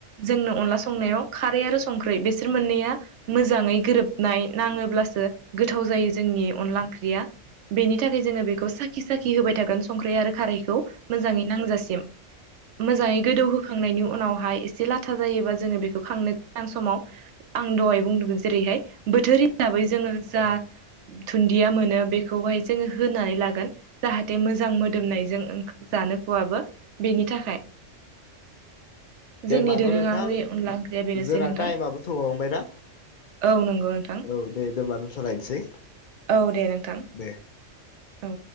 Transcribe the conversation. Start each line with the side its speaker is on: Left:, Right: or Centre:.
Right: जोंनो अनला संनायाव खारै आरो संख्रै बेसोर मोननैया मोजांङै गोरोबनाय नाङोब्लासो गोथाव जायो जोंनि अनला ओंख्रिया बेनि थाखाय जोङो बेखौ साखि साखि होबाय थागोन संख्रि आरो खारैखौ मोजांङै नांजासिम मोजांङै गोदौ होखांनायनि उनावहाय एसे लाथा जायोबा जोङो बेखौ बेखौ खांनो गोनां समाव आं दहाय बुंदोंमोन जेरैहाय बोथोर हिसाबै जोङो जा धुन्दिया मोनो बेखौहाय जोङो होनानै लागोन जाहाथे मोजां मोदोमनायजों जानो खुवाबो बेनि थाखाय जोंनि
Left: न' नोंथां
Right: दोरोंङारि अनला ओंख्रिया बेनोसै
Left: जोंना
Right: नोंथां।
Left: टाइमाबो थौहांबायना
Right: औ नंगौ नोंथां
Left: औ दे दोनबा दोनथ'लायनोसै
Right: औ दे नोंथां।
Left: दे
Right: औ।